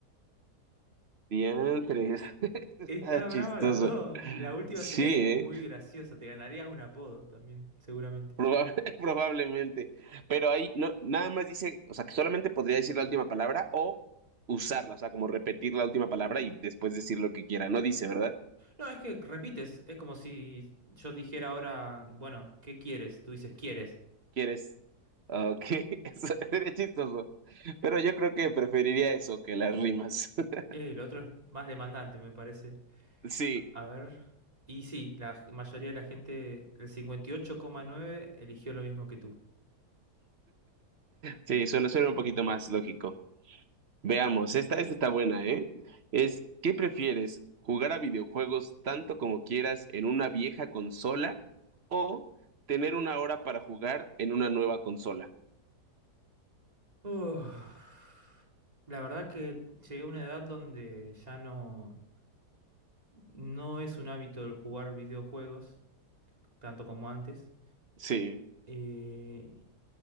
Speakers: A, on the right; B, on the right.
A: Diantres, <laughs> está
B: Está brava
A: chistoso.
B: las dos. La última
A: Sí,
B: sería
A: ¿eh?
B: como muy graciosa. Te ganarías un apodo también, seguramente.
A: Probable- <laughs> probablemente. Pero ahí no, nada más dice, o sea, que solamente podría decir la última palabra o usarla, o sea, como repetir la última palabra y después decir lo que quiera. No dice, ¿verdad?
B: No, es que repites. Es como si yo dijera ahora, bueno, ¿qué quieres? Tú dices, ¿quieres?
A: ¿Quieres? Ok, <laughs> eso sería chistoso. Pero yo creo que preferiría eso que las rimas. <laughs>
B: Eh, el otro es más demandante, me parece.
A: Sí,
B: A a ver. Y sí, la mayoría de la gente, el cincuenta y ocho coma nueve eligió lo mismo que tú.
A: sí, suena, suena un poquito más lógico. Veamos, esta, esta está buena, ¿eh? Es, ¿qué prefieres? ¿Jugar a videojuegos tanto como quieras en una vieja consola o tener una hora para jugar en una nueva consola?
B: Uf. La verdad que llegué a una edad donde ya no, no es un hábito el jugar videojuegos, tanto como antes.
A: Sí,
B: Eh,